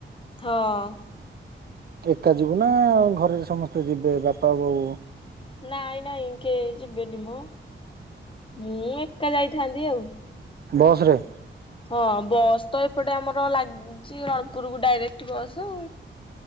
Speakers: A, on the left; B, on the right.
A: ହଁ।
B: ଏକା ଯିବୁ ନା ଘରେ ସମସ୍ତେ ଯିବେ ବାପା ବୋଉ?
A: ନାଇଁ ନାଇଁ କେହି ଯିବେନି ମୁଁ ମୁଁ ଏକା ଯାଇଥାନ୍ତି ଆଉ।
B: ବସ୍ରେ?
A: ହଁ ବସ୍ ତ ଏପଟେ ଆମର ଲାଗୁଛି ରଣପୁରକୁ ଡାଇରେକ୍ଟ ବସ୍ ଆଉ।